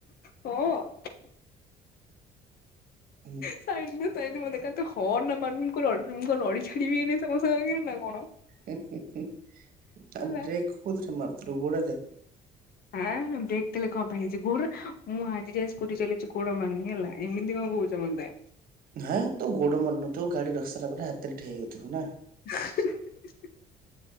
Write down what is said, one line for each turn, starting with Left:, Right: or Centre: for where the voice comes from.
Left: ହଁ।
Right: ହୁଁ।
Left: ସାଇଟି ଦିଅ ସାଇଟି ଦିଅ ମତେ ଦେଖା ହର୍ନ ମାରୁନୁ ମୁ କଣ ରଡ଼ି ଛାଡିବି ଏଇନା ତମସାଙ୍ଗରେ ନା କଣ।
Right: ହେ ହେ ହେ ଆଉ
Left: ହେଲା
Right: ବ୍ରେକ୍ କୋଉଥିରେ ମାରୁଥିଲ ଗୋଡ଼ରେ?
Left: ଆଁ ବ୍ରେକ୍ ତାହାଲେ କଣ ପାଇଁ ହେଇଛି କହୁନ ମୁଁ ଆଜି ଯାଏ ସ୍କୁଟି ଚଲେଚି ଗୋଡ ମାରିନି ହେଲା ଏମିତି କଣ କହୁଚୁ। <inaudible>
Right: ହଁ ତୁ ଗୋଡ ମାରୁ ନଥିବୁ ଗାଡି ରଖିସରିଲା ପରେ ହାତରେ ଠିଆହେଇପଡ଼ିଥିବୁ ନାଁ।
Left: <inaudible>